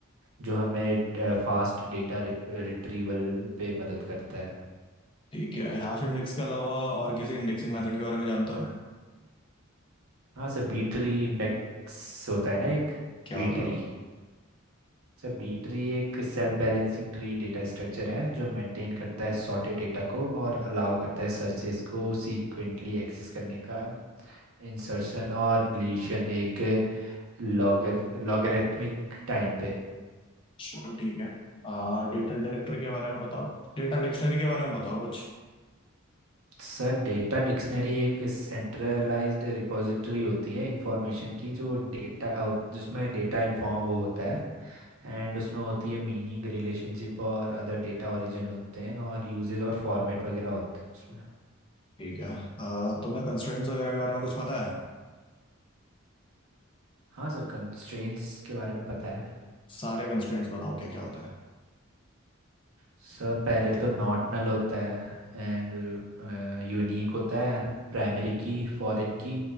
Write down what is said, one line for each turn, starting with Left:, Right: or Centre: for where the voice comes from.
Right: जो हमें फास्ट डेटा रिट्रीवल पे मदद करता है
Left: ठीक है हैश इंडेक्स के अलावा और किसी इंडेक्सिंग मेथड के बारे में जानते हो
Right: हाँ सर बी ट्री इंडेक्स होता है ना एक
Left: क्या
Right: B
Left: होता है
Right: tree
Left: वो?
Right: sir B tree एक self balancing tree data structure है जो मेंटेन करता है सॉर्टेड डेटा को और अलाउ करता है सर्चेस को सीक्वेंटली एक्सेस करने का इंसर्शन और डिलीशन एक लॉगर लॉगरिथमिक टाइम पे
Left: चलो ठीक है डेटा डायरेक्टर के बारे में बताओ डेटा डिक्शनरी के बारे में बताओ कुछ
Right: सर डेटा डिक्शनरी एक सेंट्रलाइज्ड रिपॉजिटरी होती है इंफॉर्मेशन की जो डेटा जिसमें डेटा इन्फॉर्म वो होता है एंड उसमें होती है मीनिंग रिलेशनशिप और अदर डेटा ओरिजिन होते हैं और यूजेज और फॉर्मेट वगैरह होते हैं उसमें
Left: ठीक है अ, तुम्हें कंस्ट्रेंट्स वगैरह के बारे में कुछ पता है
Right: हाँ सर कंस्ट्रेंट्स के बारे में पता है
Left: सारे कंस्ट्रेंट्स बताओ क्या क्या होता है
Right: सर पहले तो नॉट नल होता है एंड यूनिक होता है primary key foreign key